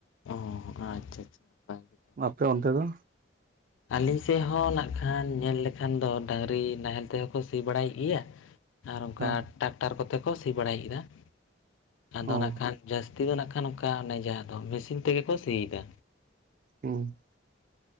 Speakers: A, on the left (about 80°); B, on the right (about 45°).
A: ᱚ ᱟᱪᱪᱷᱟ ᱟᱪᱪᱷᱟ ᱱᱟᱯᱟᱭ ᱜᱮ᱾
B: ᱟᱯᱮ ᱚᱱᱛᱮ ᱫᱚ?
A: ᱟᱞᱮ ᱥᱮᱫ ᱦᱚᱸ ᱱᱟᱜ ᱠᱷᱟᱱ ᱧᱮᱞ ᱞᱮᱠᱷᱟᱱ ᱫᱚ ᱰᱟᱹᱟᱝᱨᱤ ᱱᱟᱦᱮᱞ ᱛᱮᱦᱚᱸ ᱠᱚ ᱥᱤ ᱵᱟᱲᱟᱭᱮᱫ ᱜᱮᱭᱟ᱾ ᱟᱨ ᱚᱱᱠᱟ
B: ᱦᱮᱸ
A: ᱴᱨᱟᱠᱴᱟᱨ ᱠᱚᱛᱮ ᱠᱚ ᱥᱤ ᱵᱟᱲᱟᱭᱮᱫᱟ ᱾ ᱟᱫᱚ
B: ᱚ
A: ᱱᱟᱜ ᱠᱷᱟᱱ ᱡᱟᱹᱥᱛᱤ ᱫᱚ ᱱᱟᱜ ᱠᱷᱟᱱ ᱚᱱᱠᱟ ᱚᱱᱮ ᱡᱟᱦᱟᱸ ᱫᱚ ᱢᱮᱥᱤᱱ ᱛᱮᱜᱮ ᱠᱚ ᱥᱤᱭᱮᱫᱟ᱾
B: ᱦᱩᱸ